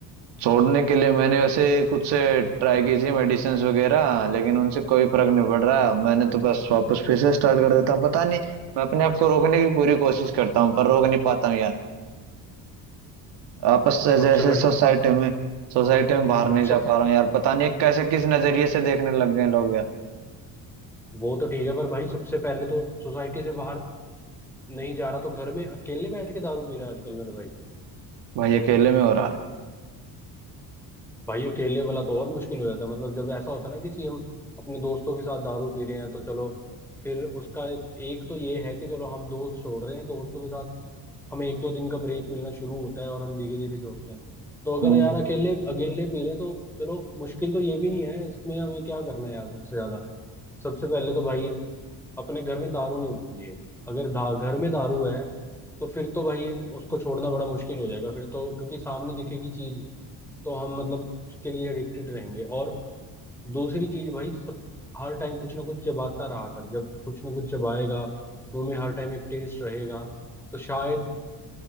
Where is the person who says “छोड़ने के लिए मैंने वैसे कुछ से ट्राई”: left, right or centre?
Right